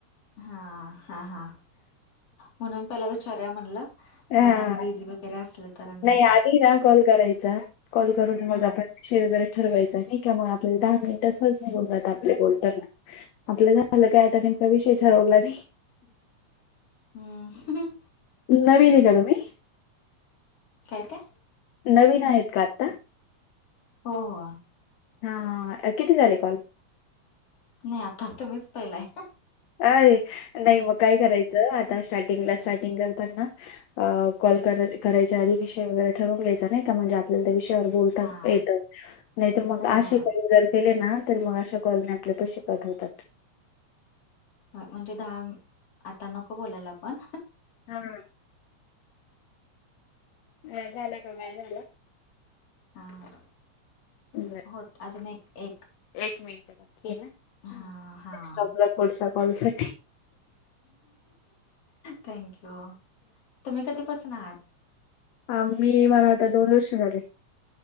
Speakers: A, on the left; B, on the left.
A: हा हा हा म्हणून पला विचार्या म्हणलं
B: हा
A: कोणा बीझी. बे असलं तर. आणि
B: नाही आधी ना कॉल करायचा कॉल करून
A: हम्म
B: मग आपण. शेरजरा ठरवायचं नाही का मग आपल्याला दहा मिनिटं सहज निघून जात आपले बोलताना. आपलं झालं काय आता कमका विषय ठरवला बी.
A: हम्म.
B: नवीन आहे का तुम्ही.
A: काय ते.
B: नवीन आहेत का आता.
A: हो हो.
B: हां किती झाले कॉल.
A: नाही आता तुम्हीच पहिलाय.
B: अरे नाही मग काय करायचं आता स्टार्टिंगला स्टार्टिंग करताना. अ कॉल करायचा आध विषय वगैरे ठरवून घ्यायचा नाही का म्हणजे आपल्याला त्या विषयावर बोल.
A: हा
B: ेत नाहीतर मग
A: हो
B: असे
A: हो
B: कर ज. केले ना तर मग अशा कॉलने आपले पैसे काठवतात.
A: हो म्हणजे दहा आता नको बोलायला आपण.
B: हा. ह झाला का बाय झाला.
A: ह
B: बरं,
A: होत अजून एक एक.
B: एक मिनट बाकी ना्टॉपला
A: हां हां
B: थोडसा कॉल सा.
A: थँक्यू तुम्ही कधीपसून आहात.
B: आ मी मला आता दोन वर्ष झाले.